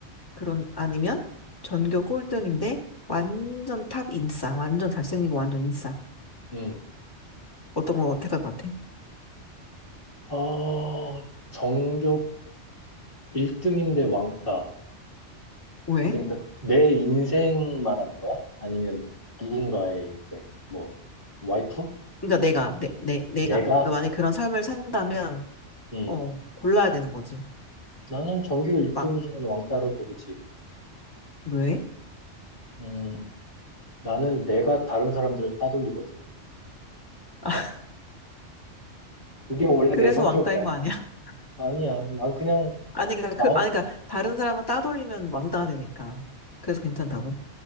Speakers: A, on the left; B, on the left.
A: 그런, 아니면 전교 꼴등인데 완전 탑 인싸, 완전 잘생기고 완전 인싸.
B: 음.
A: 어떤 거 택할 것 같아?
B: 아 전교 1등인데 왕따.
A: 왜?
B: 그러니까 내 인생 말하는 거야? 아니면 누군가의 인생? 뭐 와이프?
A: 그러니까 내가, 내, 내, 내가.
B: 내가?
A: 그러니까 만약에 그런 삶을 산다면,
B: 음.
A: 어, 골라야 되는 거지.
B: 나는 전교 1등이지만
A: 막,
B: 왕따를 고르지.
A: 왜?
B: 음, 나는 내가 다른 사람들을 따돌리거든.
A: <laughs>
B: 그게 원래
A: 그래서
B: 내 성격이야.
A: 왕따인 거 아니야? <laughs>
B: 아니야. 난 그냥,
A: 아니, 그러니까,
B: 나,
A: 그,
B: 어,
A: 아니, 그러니까 다른 사람은 따돌리면 왕따가 되니까. 그래서 괜찮다고.